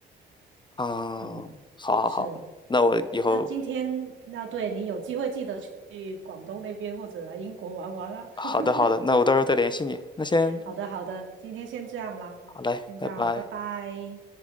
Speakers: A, on the left; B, on the right.
A: 嗯，
B: 嗯，
A: 好好好，
B: 是。
A: 那我以后
B: 那今天那对你有机会记得去广东那边或者来英国玩玩啊。<laughs>
A: 好的好的，那我到时候再联系你。那先
B: 好的，好的，今天先这样啦，
A: 好嘞，
B: 先这样了，
A: 拜拜。
B: 拜拜。